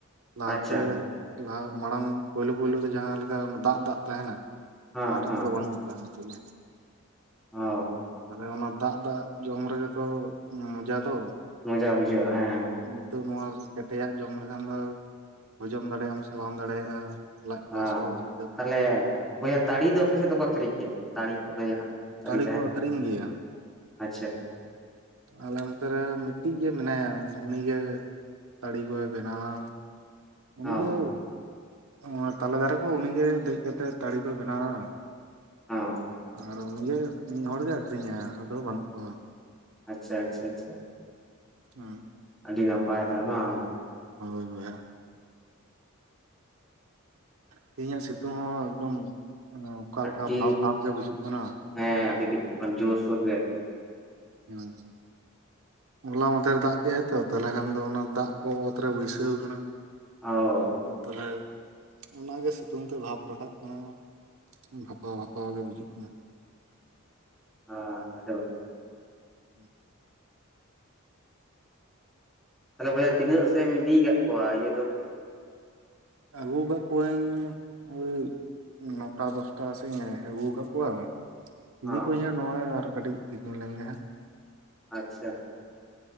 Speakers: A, on the right; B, in the centre.
A: ᱞᱟᱦᱟᱛᱮ
B: ᱟᱪᱪᱷᱟ
A: ᱞᱟᱦᱟ ᱢᱟᱲᱟᱝ ᱯᱳᱭᱞᱳ ᱯᱳᱭᱞᱳ ᱫᱚ ᱡᱟᱦᱟᱸ ᱞᱮᱠᱟ ᱫᱟᱜ ᱫᱟᱜ ᱛᱟᱦᱮᱱᱟ
B: ᱦᱮᱸ
A: ᱚᱱᱟᱴᱟᱜ
B: ᱦᱮᱸ
A: ᱫᱚ ᱵᱟᱹᱱᱩᱜ ᱠᱟᱜ ᱱᱤᱛᱚᱜ ᱫᱚ
B: ᱚ
A: ᱟᱞᱮ ᱚᱱᱟ ᱫᱟᱜᱼ ᱫᱟᱜ ᱡᱚᱢ ᱨᱮᱜᱮ ᱛᱚ ᱢᱚᱡᱟ ᱫᱚ
B: ᱢᱚᱡᱟ ᱵᱩᱡᱷᱟᱹᱜᱼᱟ ᱦᱮᱸ
A: ᱱᱤᱛᱚᱜ ᱱᱚᱣᱟ ᱠᱮᱴᱮᱡ ᱟᱜ ᱡᱚᱢ ᱞᱮᱠᱷᱟᱱ ᱫᱚ ᱦᱚᱡᱚᱢ ᱫᱟᱲᱮᱭᱟᱜ ᱟᱢ ᱥᱮ ᱵᱟᱢ ᱫᱟᱲᱮᱭᱟᱜᱼᱟ ᱞᱟᱡ ᱠᱚ
B: ᱟᱸ
A: ᱦᱟᱹᱥᱩ ᱦᱟᱹᱥᱩ
B: ᱛᱟᱦᱚᱞᱮ ᱵᱚᱭᱦᱟ ᱛᱟᱲᱤ ᱫᱚ ᱟᱯᱮ ᱥᱮᱫ ᱫᱚᱠᱚ ᱟᱹᱠᱷᱨᱤᱧ ᱜᱮᱭᱟ ᱛᱟᱲᱤ ᱚᱱᱮ ᱡᱟᱦᱟᱸ
A: ᱛᱟᱹᱲᱤ
B: ᱟᱹᱰᱤ ᱛᱟᱦᱮᱱ
A: ᱠᱚ ᱟᱹᱠᱷᱨᱤᱧ ᱜᱮᱭᱟ
B: ᱟᱪᱪᱷᱟ
A: ᱟᱞᱮ ᱱᱚᱛᱮ ᱨᱮ ᱢᱤᱫᱴᱤᱡ ᱜᱮ ᱢᱮᱱᱟᱭᱟ ᱩᱱᱤᱜᱮ ᱛᱟᱲᱤ ᱠᱚᱭ ᱵᱮᱱᱟᱣᱟ
B: ᱦᱚᱸ
A: ᱩᱱᱤᱜᱮ ᱚ ᱛᱟᱞᱮ ᱫᱟᱨᱮ ᱠᱚ ᱩᱱᱤᱜᱮ ᱫᱮᱡ ᱠᱟᱛᱮᱜ ᱛᱟᱹᱲᱤ ᱠᱚᱭ ᱵᱮᱱᱟᱣᱟ
B: ᱦᱚᱸ
A: ᱟᱨ ᱩᱱᱤᱜᱮ ᱢᱤᱫ ᱦᱚᱲ ᱜᱮ ᱟᱹᱠᱷᱨᱤᱧᱟᱭ ᱟᱫᱚ ᱵᱟᱹᱱᱩᱜ ᱠᱚᱣᱟ
B: ᱟᱪᱪᱷᱟ ᱟᱪᱪᱷᱟ ᱟᱪᱪᱷᱟ
A: ᱦᱮᱸ
B: ᱟᱹᱰᱤ ᱱᱟᱯᱟᱭ ᱛᱚᱵᱮ ᱵᱟᱝ
A: ᱦᱳᱭ ᱵᱚᱭᱦᱟ ᱛᱮᱦᱤᱧᱟᱜ ᱥᱤᱛᱩᱝ ᱦᱚᱸ ᱮᱠᱫᱚᱢ ᱚᱠᱟᱞᱮᱠᱟ
B: ᱟᱹᱰᱤ
A: ᱵᱷᱟᱵᱽ ᱵᱷᱟᱵᱽ ᱜᱮ ᱵᱩᱡᱩᱜ ᱠᱟᱱᱟ
B: ᱦᱮᱸ ᱟᱰᱤ <inaudible> ᱡᱳᱨᱥᱳᱨ ᱜᱮ
A: ᱦᱩᱸ ᱦᱚᱞᱟ ᱢᱟᱫᱷᱮᱨ ᱫᱟᱜ ᱠᱮᱜ ᱟᱭ ᱛᱚ ᱛᱟᱞᱦᱮ ᱠᱷᱟᱱ ᱫᱚ ᱚᱱᱟ ᱫᱟᱜ ᱠᱚ ᱚᱛᱨᱮ ᱵᱟᱹᱭᱥᱟᱹᱣ ᱠᱟᱱᱟ
B: ᱚ
A: ᱛᱚᱞᱦᱟ ᱚᱱᱟᱜᱮ ᱥᱤᱛᱩᱝ ᱛᱮ ᱵᱷᱟᱵᱽ ᱨᱟᱠᱟᱵ ᱠᱟᱱᱟ ᱵᱷᱟᱯᱟᱣ ᱵᱷᱟᱯᱟᱣ ᱜᱮ ᱵᱩᱡᱩᱜ ᱠᱟᱱᱟ
B: ᱦᱮᱸ ᱟᱰᱤ
A: <unintelligible>
B: ᱛᱟᱦᱚᱞᱮ ᱵᱚᱭᱦᱟ ᱛᱤᱱᱟᱹᱜ ᱥᱮ ᱮᱢ ᱤᱫᱤᱠᱟᱜ ᱠᱚᱣᱟ ᱤᱭᱟᱹ ᱫᱚ
A: ᱟᱹᱜᱩ ᱠᱟᱜ ᱠᱚᱣᱟᱹᱧ ᱳᱭ ᱱᱚᱴᱟ ᱫᱚᱥᱴᱟ ᱥᱮᱜ ᱤᱧ ᱟᱹᱜᱩ ᱠᱟᱜ ᱠᱚᱣᱟ ᱤᱫᱤ
B: ᱦᱚᱸ
A: ᱠᱚᱣᱟᱹᱧ ᱦᱟᱸᱜ ᱱᱚᱸᱜᱼᱚᱭ ᱟᱨ ᱠᱟᱹᱴᱤᱡ ᱛᱤᱠᱤᱧ ᱞᱮᱱᱜᱮ ᱦᱟᱸᱜ
B: ᱟᱪᱪᱷᱟ